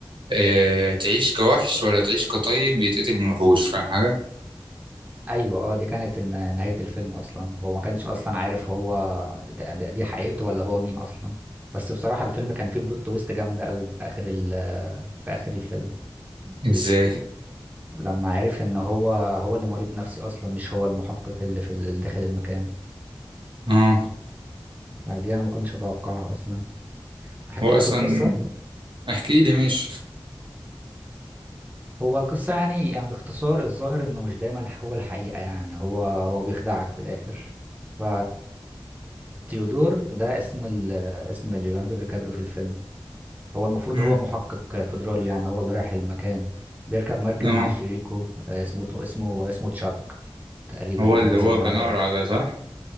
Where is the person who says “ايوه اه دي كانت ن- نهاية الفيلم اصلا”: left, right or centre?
Right